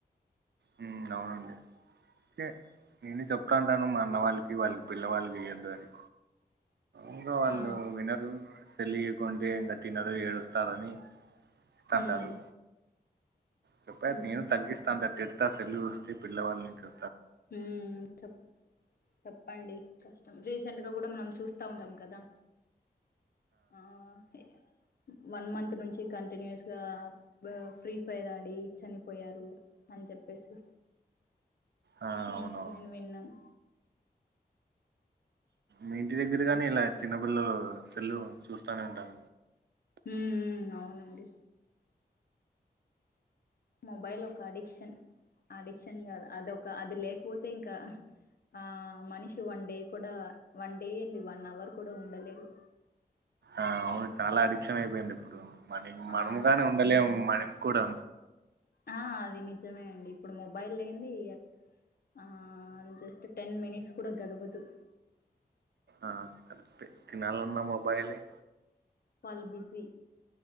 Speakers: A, on the right (about 80°); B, on the left (about 65°).
A: హ్మ్ అవునండి టే నేనే చెప్తా అంటాను మా అన్న వాళ్ళకి వాళ్ళ పిల్లవాళ్ళకి ఇయ్వద్దు అని ఇంకా వాళ్ళు
B: హా
A: వినరు సేళ్లియ్య కుంటే ఇంకా తినరు ఏడుస్తారని ఇస్తాండరూ
B: హ్మ్
A: చెప్ప
B: హ్మ్
A: నేను తగ్గిస్తాంత తిడత సెల్లు చూస్తే పిల్ల వాళ్ళ ఇంట్లో
B: హ్మ్ చెప్ చెప్పండి కష్టం రీసెంట్ గా కూడా మనం చూస్తా ఉంటాం కదా ఆ ఇ వన్ మంత్ నుంచి కంటిన్యూస్ గా ఫ్రీ ఫైర్ ఆడి చనిపోయారు అని చెప్పేసి
A: ఆ
B: న్యూస్
A: అవునవును
B: నేను విన్నాన్
A: మీ ఇంటి దగ్గర గాని ఇలా చిన్నపిల్లలు సెల్లు చూస్తానే ఉంటార
B: హ్మ్ అవునండి మొబైల్ ఒక అడిక్షన్ అడిక్షన్ కాదు అదొక అది లేకపోతే ఇంకా ఆ మనిషి వన్ డే కూడా వన్ డే ఏంది వన్ అవర్ కూడా ఉండలేరు
A: ఆ అవును చాలా అడిక్షన్ అయిపోయింది ఇప్పుడు మ
B: ఆ
A: మనముగానే ఉండలేము మనం కూడా
B: ఆ అది నిజమే అండి ఇప్పుడు మొబైల్ లేందే ఇగ ఆ జస్ట్ టెన్ మినిట్స్ కూడ గడవదు
A: ఆ కరెక్టే తినాలన్న మొబైల్ ఏ
B: పల్బిజి